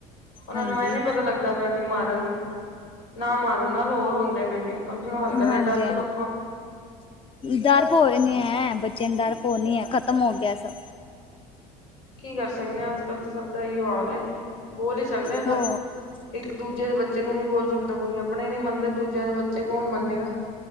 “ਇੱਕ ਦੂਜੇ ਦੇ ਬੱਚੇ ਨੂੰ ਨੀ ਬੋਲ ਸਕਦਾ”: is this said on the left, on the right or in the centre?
Left